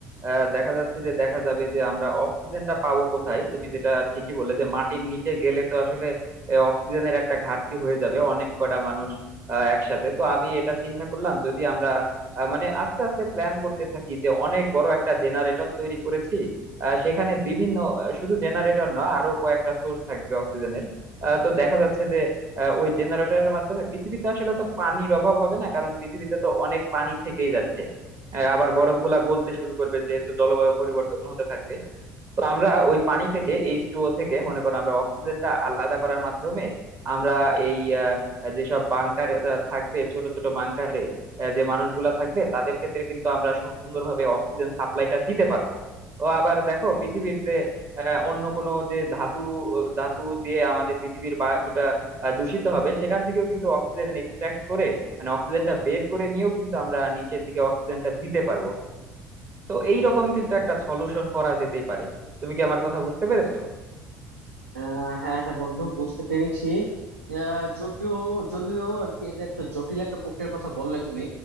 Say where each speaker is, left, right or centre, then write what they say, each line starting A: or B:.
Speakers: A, on the right; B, on the right.
A: আহ, দেখা যাচ্ছে যে দেখা যাবে যে আমরা অক্সিজেনটা পাবো কোথায় তুমি যেটা ঠিকই বললে যে মাটির নিচে গেলে তো আসলে এ, অক্সিজেনের একটা ঘাটতি হয়ে যাবে অনেক কটা মানুষ আহ, একসাথে তো আমি এটা চিন্তা করলাম যদি আমরা আহ, মানে আস্তে আস্তে প্ল্যান করতে থাকি যে অনেক বড় একটা জেনারেটর তৈরি করেছি আহ, সেখানে বিভিন্ন আহ, শুধু জেনারেটর নয় আরো কয়েকটা সোর্স থাকবে অক্সিজেনের আহ, তো দেখা যাচ্ছে যে আহ, ওই জেনারেটরের মাধ্যমে পৃথিবীতে আসলে তো পানির অভাব হবে না কারণ পৃথিবীতে তো অনেক পানি থেকেই যাচ্ছে। আহ, আবার বরফ গুলা গলতে শুরু করবে, যেহেতু জলবায়ু পরিবর্তন হতে থাকবে। তো আমরা ওই পানি থেকে এইচ টু ও থেকে মনে করো আমরা অক্সিজেনটা আলাদা করার মাধ্যমে আমরা এই আহ, যেসব বাংকারে থাকবে ছোট ছোট বাংকারে যে মানুষগুলা থাকবে তাদের ক্ষেত্রে কিন্তু আমরা সুন্দরভাবে অক্সিজেন সাপ্লাইটা দিতে পারবো ও আবার দেখো পৃথিবীর যে আহ, অন্য কোনো যে ধাতু ধাতু দিয়ে আমাদের পৃথিবীর বায়ুটা আহ, দূষিত হবে সেখান থেকেও কিন্তু অক্সিজেন এক্সট্রাক্ট করে মানে অক্সিজেনটা বের করে নিয়েও কিন্তু আমরা নিচের দিকে অক্সিজেনটা দিতে পারবো তো এই রকম কিন্তু একটা সলিউশন করা যেতেই পারে তুমি কি আমার কথা বুঝতে পেরেছো
B: আহ হ্যাঁ হ্যাঁ বন্ধু বুঝতে পেরেছি আহ, জটিল জটিল আর কি এটা একটা জটিল একটা প্রক্রিয়ার কথা বললে তুমি